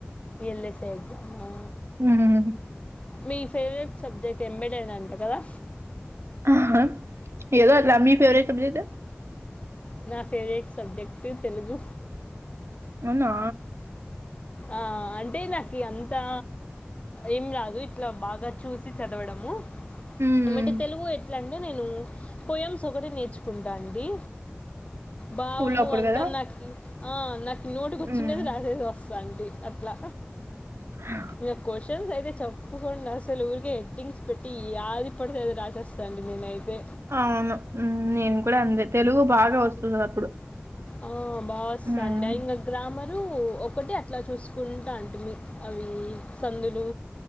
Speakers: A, on the left (about 30°); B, on the right (about 85°).
A: ఎల్ఎస్ఏఐ ఎగ్జామా
B: ఉమ్.
A: మీ ఫేవరెట్ సబ్జెక్ట్ ఎంబడి అని అంట కదా
B: అహ ఎదో అట్ల మీ ఫెవరెట్ సబ్జెక్ట్
A: నా ఫేవరేట్ సబ్జెక్టు తెలుగు
B: అవునా
A: ఆ అంటే నాకు అంతా ఏం రాదు ఇట్లా బాగా చూసి చదవడము
B: మ్మ్
A: ఏమంటే తెలుగు ఎట్లా అంటే నేను పొయమ్స్ ఒకటి నేర్చుకుంటా అండి భావము
B: స్కూల్లో అప్పుడు
A: అంతా
B: కదా
A: నాకి అ నాకు నోటికోచ్చిండేది
B: మ్మ్
A: రాసేసి వస్తు అండి అట్లా
B: హ
A: ఇగ క్వశ్చన్స్ అయితే చెప్పకుండా అసలువు ఊరికే హెడ్డింగ్స్ పెట్టి యాది పడితే అది రాసేస్తా అండి నేనైతే
B: అవును మ్ నేను కూడా అందే తెలుగు బాగా వస్తుంది అప్పుడు
A: ఆ బాగోస్థాండే
B: మ్మ్
A: ఇగ గ్రామరు ఒకటి అట్లా చూసుకుంటంటి మీ అవేమి సందులు